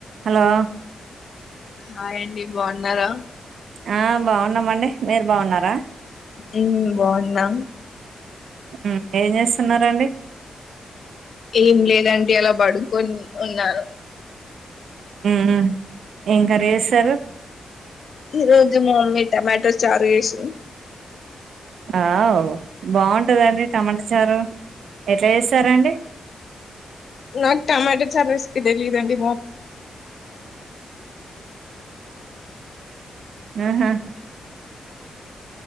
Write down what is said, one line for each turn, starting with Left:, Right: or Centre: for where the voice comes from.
Right: Hello
Left: హాయండి బాన్నారా
Right: ఆ బాగున్నమండి మీరు బావున్నారా
Left: ఇ బాగున్నా
Right: ఉ ఏం జెస్తున్నారండి
Left: ఏం లేదండి అలా బడుకొని ఉన్నాను
Right: ఊమ్ ఏం కరి ఏసారు
Left: ఈ రోజు మా మమ్మీ టమాటో ఎషింది
Right: వావ్ బాగుంటంద అండి టమాటా చారు ఎట్లా చేస్తారండి
Left: నాక్ టమాట సారీస్ కి తెలియదండి
Right: ఆహా